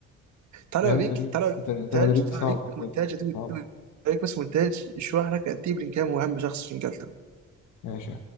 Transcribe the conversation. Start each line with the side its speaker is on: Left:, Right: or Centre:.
Right: طلع
Left: ريال
Right: بيك
Left: مدريد
Right: طلع بيك
Left: أنت أنت
Right: مونتاج
Left: مدريدي
Right: طلع
Left: صعب
Right: بيك
Left: بجد
Right: مونتاج هتيجي تقول-
Left: صعب
Right: طلع بيك بس مونتاج يشرح لك قد ايه بلينجهام مهم شخص في انجلترا
Left: ماشي